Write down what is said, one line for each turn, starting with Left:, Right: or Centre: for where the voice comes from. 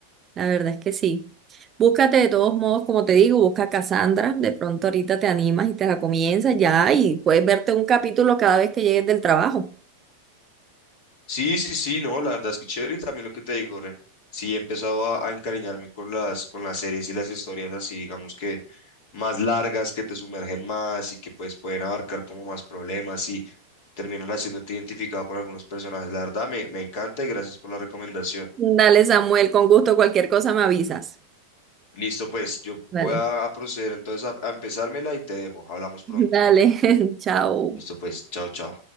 Right: La verdad es que sí. Búscate de todos modos, como te digo, busca Cassandra. De pronto ahorita te animas y te la comienzas ya y puedes verte un capítulo cada vez que llegues del trabajo.
Left: Sí, sí, sí, no, la verdad es que chévere y también lo que te digo, re, sí he empezado a, a encariñarme con las, con las series y las historias así, digamos que más largas, que te sumergen más y que pues pueden abarcar como más problemas y terminan haciéndote identificado con algunos personajes. La verdad me, me encanta y gracias por la recomendación.
Right: Dale, Samuel, con gusto, cualquier cosa me avisas.
Left: Listo, pues yo voy
Right: Dale.
Left: a, a proceder entonces a, a empezármela y te dejo. Hablamos pronto.
Right: <laughs> Dale, <laughs> chao.
Left: Listo, pues, chao, chao.